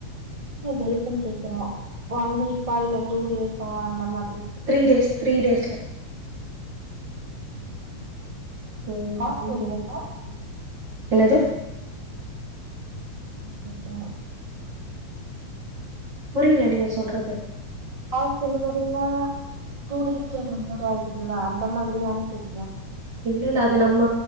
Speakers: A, on the right (about 15°); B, on the right (about 40°).
A: எத்தனை டேஸ் னு கேக்கறே ஒன் வீக்கா இல்ல டூ டேஸா அந்த மாரி
B: த்ரீ டேஸ் த்ரீ டேஸ்ல
A: உம் உம்
B: ம்,
A: ஃபாஸ்ட்
B: ம்.
A: டெலிவரி ஆஹ்
B: என்னது
A: இருக்கறோம்
B: புரியல நீங்க சொல்றது
A: ஃபாஸ்ட் டெலிவரினா டூ டேஸ் <unintelligible> <unintelligible> அந்த மாதிரியானு கேக்கறே
B: இல்ல, இல்ல. அது நம்ம